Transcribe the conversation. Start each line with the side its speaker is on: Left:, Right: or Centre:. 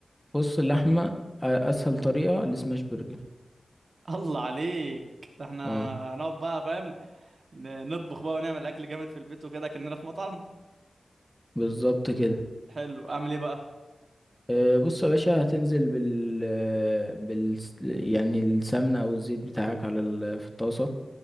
Centre: بص اللحمة أ- أسهل طريقة السماش برجر
Right: الله عليك ده احنا
Centre: اه
Right: هنقعد بقى فاهم ن- نطبخ بقى ونعمل اكل جامد في البيت وكده كأننا في مطعم
Centre: بالظبط كده
Right: حلو اعمل ايه بقى
Centre: آه، بص يا باشا هتنزل بال بال يعني السمنة أو الزيت بتاعك على ال... في الطاسة